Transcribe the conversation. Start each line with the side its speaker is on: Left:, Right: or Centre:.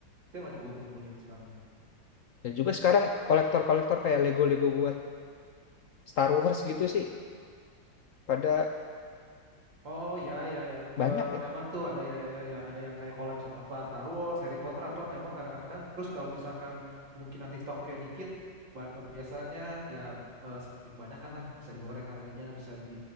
Right: Itu yang lagi gue kumpulin sekarang nih.
Left: Dan juga sekarang kolektor-kolektor kayak Lego-Lego buat Star Wars gitu sih pada
Right: Oh ya ya ya,
Left: banyak
Right: Me-
Left: ya.
Right: memang tuh ada ya, ya ya, ada yang kayak collab sama apa Star Wars, Harry Potter apa memang kadang-kadang. Terus kalau misalkan mungkin nanti stoknya dikit, ba- eh, biasanya ya eh, seperti kebanyakan lah bisa digoreng harganya, bisa di